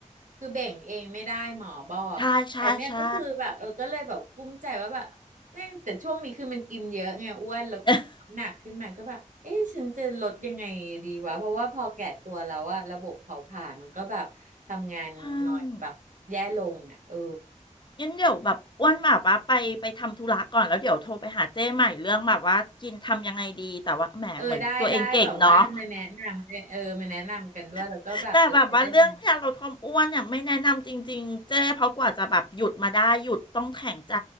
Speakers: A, on the right; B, on the left.
A: คือเบ่งเองไม่ได้หมอบอกแต่เนี่ยก็คือแบบเออก็เลยแบบกุ้มใจว่าแบบแม่งแต่ช่วงนี้คือมันกินเยอะไงอ้วนแล้วก็คือน้ำหนักขึ้นมาก็แบบเอ๊ะฉันจะลดยังไงดีวะเพราะว่าพอแก่ตัวแล้วอะระบบเผาผลาญมันก็แบบทำงานหน่อยแบบแย่ลงอะเออ
B: ใช่ใช่ใช่ <laughs> ใช่งั้นเดี๋ยวแบบอ้วนแบบว่าไปไปทำธุระก่อนแล้วเดี๋ยวโทรไปหาเจ้ใหม่เรื่องแบบว่ากินทำยังไงดีแต่ว่าแหมเหมือนตัวเองเก่งเนาะ
A: เออได้ได้แบบว่ามาแนะนำเออมาแนะนำกันด้วยแล้วก็แบบเออจะได้มา
B: <laughs> แต่แบบว่าเรื่องการลดความอ้วนเนี่ยไม่แนะนำจริงๆเจ้เพราะกว่าจะแบบหยุดมาได้หยุดต้องแข็งใจ